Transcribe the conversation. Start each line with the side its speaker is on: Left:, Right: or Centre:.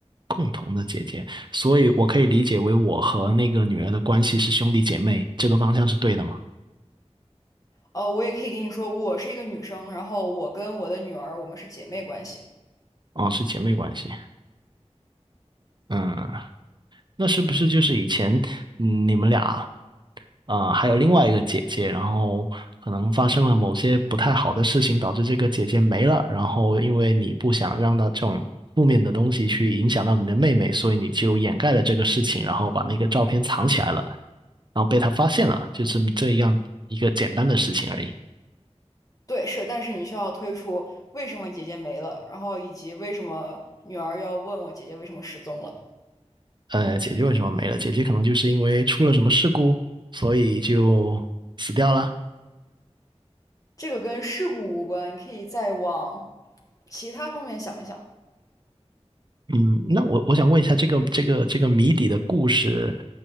Right: 共同的姐姐，所以我可以理解为我和那个女儿的关系是兄弟姐妹，这个方向是对的吗？
Left: 呃，我也可以跟你说，我是一个女生，然后我跟我的女儿，我们是姐妹关系。
Right: 哦，是姐妹关系。嗯，那是不是就是以前嗯你们俩呃，还有另外一个姐姐，然后可能发生了某些不太好的事情，导致这个姐姐没了。然后因为你不想让她这种负面的东西去影响到你的妹妹，所以你就掩盖了这个事情，然后把那个照片藏起来了，然后被她发现了，就这么这样一个简单的事情而已。
Left: 对，是，但是你需要推出为什么姐姐没了，然后以及为什么女儿要问我姐姐为什么失踪了。
Right: 呃，姐姐为什么没了？姐姐可能就是因为出了什么事故，所以就死掉了。
Left: 这个跟事故无关，你可以再往其他方面想一想，
Right: 嗯，那我我想问一下，这个这个这个谜底的故事，